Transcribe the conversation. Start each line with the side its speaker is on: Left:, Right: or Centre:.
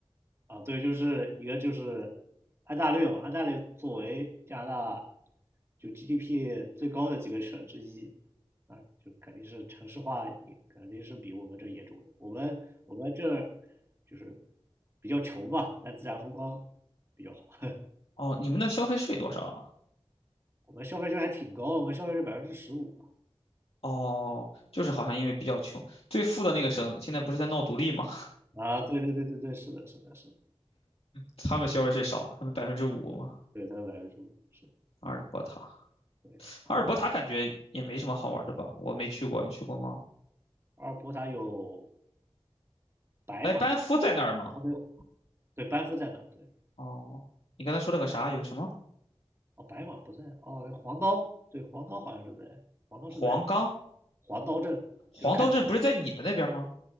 Right: 啊，对，就是一个就是安大略嘛，安大略作为加拿大就 GDP 最高的几个省之一，啊，就肯定是城市化也肯定是比我们这严重的。我们我们这儿就是比较穷嘛，但自然风光比较好。<laughs>
Left: 哦，你们那消费税多少啊？
Right: 我们消费税还挺高，我们消费税百分之十五
Left: 哦，就是好像因为比较穷，最富的那个省现在不是在闹独立吗？
Right: 啊，啊对对对对对，是的，是的，是的，
Left: 他们消费税少，他们百分之五嘛。
Right: 对，它是百分之五，是
Left: 阿尔伯塔，
Right: 对。阿尔
Left: 阿尔伯塔感觉也没什么好玩的吧？我没去过，你去过吗？
Right: 阿尔伯塔有白马，
Left: 哎，班夫在那儿吗？
Right: 啊对对，班夫在那儿，对。
Left: 哦，你刚才说了个啥？有什么？
Right: 哦，白马不在哦，黄刀对，黄刀好像是在，黄刀是在
Left: 黄冈、
Right: 黄刀镇，
Left: 黄刀镇不是在你们那边吗？
Right: 就是看你